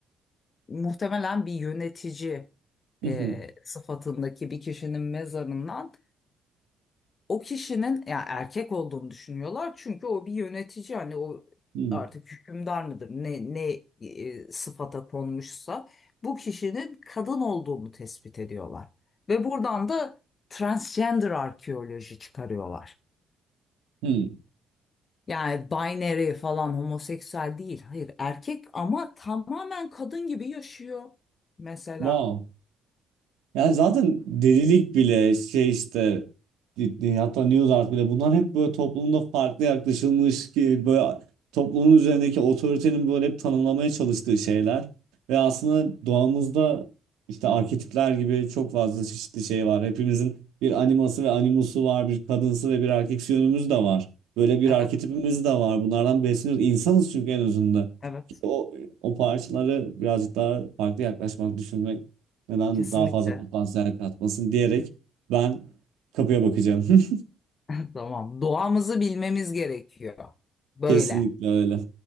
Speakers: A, on the left; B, on the right.
A: muhtemelen bir yönetici
B: <laughs>
A: e,
B: Hmm,
A: sıfatındaki bir kişinin mezarından o kişinin ya erkek olduğunu düşünüyorlar çünkü o bir yönetici hani o
B: hmm,
A: artık hükümdar mıdır ne ne e, sıfata konmuşsa bu kişinin kadın olduğunu tespit ediyorlar ve buradan da transgender arkeoloji çıkarıyorlar.
B: hmm.
A: Yani binary falan homoseksüel değil. Hayır erkek ama tamamen kadın gibi yaşıyor mesela.
B: Wow. Yani zaten delilik bile şey işte e, hatta New Art bile bunlar hep böyle toplumda farklı yaklaşılmış ki böyle toplumun üzerindeki otoritenin böyle hep tanımlamaya çalıştığı şeyler ve aslında doğamızda işte arketipler gibi çok fazla çeşitli şey var. Hepimizin bir animası ve animusu var, bir kadınsı ve bir erkeksi yönümüz de var. Böyle bir
A: Evet,
B: arketipimiz de var. Bunlardan besleniyoruz. İnsanız çünkü en özünde.
A: evet.
B: O, o parçaları birazcık daha farklı yaklaşmak, düşünmek neden
A: Kesinlikle.
B: daha fazla potansiyel katmasın diyerek ben kapıya bakacağım. <laughs>
A: <laughs> Tamam. Doğamızı bilmemiz gerekiyor. Böyle.
B: Kesinlikle öyle.